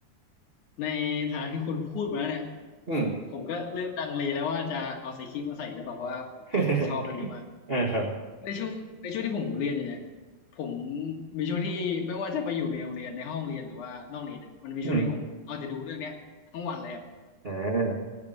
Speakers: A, on the left; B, on the right.
A: ในฐานะที่คุณพูดมาแล้วเนี่ยโหผมก็เริ่มลังเลแล้วว่าจะเอาไซคิมาใส่หรือเปล่าเพราะว่าผมค่อนข้างที่จะชอบเรื่องนี้มาก
B: อืม <laughs> อ่าครับ
A: ในช่วงในช่วงที่ผมเรียนอยู่เนี่ยผมมีช่วงที่ไม่ว่าจะไปอยู่ในโรงเรียนในห้องเรียนหรือว่านอกเรียนเนี่ยมันมีช่วงที่ผมเอาจะดูเรื่องเนี้ยทั้งวันเลยครับ
B: อืมอ่า